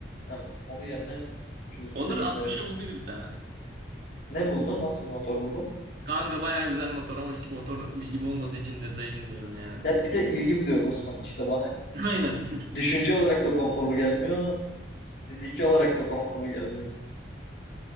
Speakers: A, on the left; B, on the right.
A: Ya onun yerine üç üç yüz üç
B: Onur
A: yüz elli
B: 60'a
A: bin lira.
B: bulduydu bir tane.
A: Ne buldun? Nasıl bir motor buldun?
B: Kanka bayağı güzel motor ama hiç motor bilgim olmadığı için detayı bilmiyorum yani.
A: Ya bir de ilgim de yok Osman. İşte bana
B: <laughs> Aynen.
A: düşünce olarak da konforlu gelmiyor. Fiziki olarak da konforlu gelmiyor.